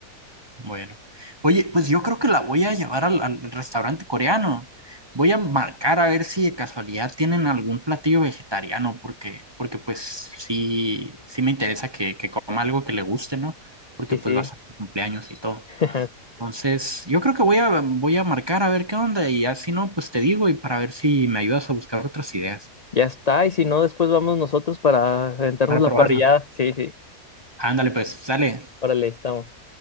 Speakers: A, on the right (about 20°); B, on the left (about 55°).
A: Bueno. Oye, pues yo creo que la voy a llevar al, al restaurante coreano. Voy a marcar a ver si de casualidad tienen algún platillo vegetariano, porque, porque pues sí, sí me interesa que, que coma algo que le guste, ¿no? Porque
B: Sí,
A: pues
B: sí.
A: va a ser su cumpleaños y todo.
B: <laughs>
A: Entonces, yo creo que voy a, voy a marcar a ver qué onda y así no, pues te digo y para ver si me ayudas a buscar otras ideas
B: Ya está, y si no, después vamos nosotros para aventarnos
A: para
B: la
A: probarlo.
B: parrillada. Sí, sí.
A: Ándale, pues, sale.
B: Órale, estamos.